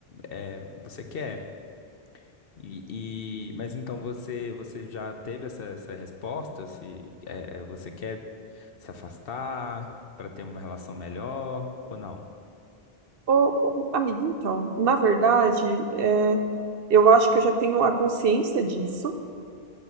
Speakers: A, on the left (about 65°); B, on the right (about 65°).
A: eh, você quer. E, e- mas então você, você já teve essa, essa resposta? Se eh, você quer se afastar para ter uma relação melhor ou não?
B: Ô, ô, amiga, então, na verdade, é, eu acho que eu já tenho a consciência disso.